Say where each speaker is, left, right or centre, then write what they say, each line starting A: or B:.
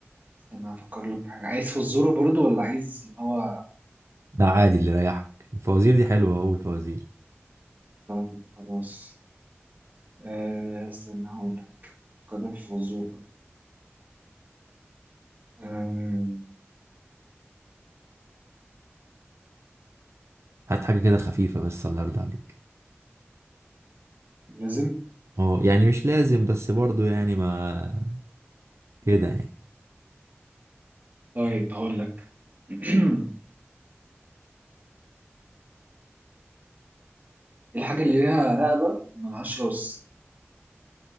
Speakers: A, on the right; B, on the right.
A: استنى هفكر لك في حاجة عايز في الزورة برضو ولا عايز اللي هو
B: ده عادي اللي يريحك الفوازير دي حلوة أول فوازير
A: طيب خلاص آه استنى هقول لك هفكر لك في الزورة آه
B: هات حاجة كده خفيفة بس الله يرضى عليك
A: لازم
B: اه يعني مش لازم بس برضو يعني ما كده يعني
A: طيب هقول لك <clears throat> إيه الحاجة اللي ليها رقبة ملهاش راس